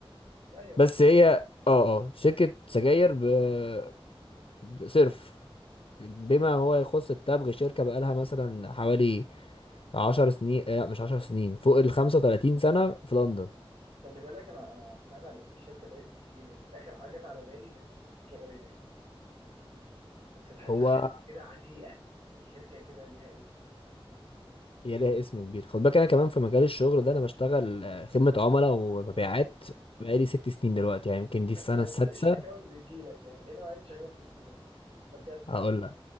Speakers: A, on the right (about 85°); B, on the left (about 70°).
A: لا يا راجل
B: بس هي اه اه شركة سجاير ب- بصرف بما هو يخص التبغ شركة بقالها مثلا حوالي عشر سنين آه، لا مش عشر سنين فوق ال 35 سنة في لندن
A: خلي بالك انا انا سمعت عن اسم الشركه دي, دي كتير بس اخر حاجه جت على بالي ان انت ممكن تكون شغال هناك بس تحسها
B: هو
A: شركه كده عتيقه يعني شركه كده ليها اسم فاهم قصدي؟
B: هي ليها اسم كبير خد بالك انا كمان في مجال الشغل ده انا بشتغل آه، خدمة عملاء ومبيعات بقالي ست سنين دلوقتي يعني يمكن دي
A: <laughs>
B: السنة
A: يعني
B: السادسة
A: طب ايه الشكاوى اللي بتجيلك؟ يعني ايه نوعيه الشكاوى اللي بتجيلك مثلا؟ ده بجد
B: هقول لك